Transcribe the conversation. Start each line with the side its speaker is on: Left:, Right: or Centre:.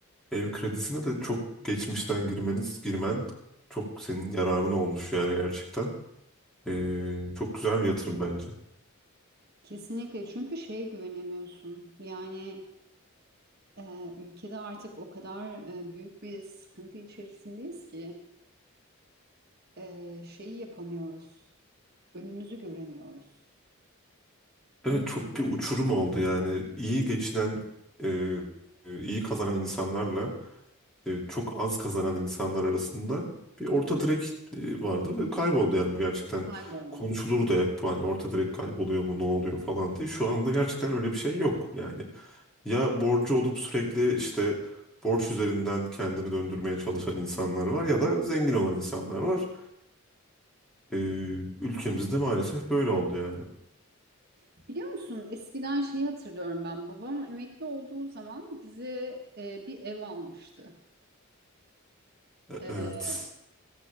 Centre: ev kredisine de çok geçmişten girmeniz, girmen çok senin yararına olmuş yani gerçekten. E, çok güzel bir yatırım bence.
Right: kesinlikle çünkü şeye güvenemiyorsun. Yani Ee, ülkede artık o kadar e, büyük bir sıkıntı içerisindeyiz ki e, şeyi yapamıyoruz. Önümüzü göremiyoruz.
Centre: Evet
Right: Önümüzü
Centre: çok
Right: gö-
Centre: bir uçurum oldu yani. İyi geçinen, e, e, iyi kazanan insanlarla e, çok az kazanan insanlar arasında bir orta direk e, vardı ve kayboldu yani bu gerçekten.
Right: kayboldu.
Centre: Konuşulur da hep bu hani orta direk kayboluyor mu ne oluyor falan diye. Şu anda gerçekten öyle bir şey yok yani. Ya borcu olup sürekli işte borç üzerinden kendini döndürmeye çalışan insanlar var ya da zengin olan insanlar var. E, ülkemizde maalesef böyle oldu yani.
Right: Biliyor musun eskiden şeyi hatırlıyorum ben. Babam emekli olduğu zaman bize e, bir ev almıştı.
Centre: E-
Right: E,
Centre: evet.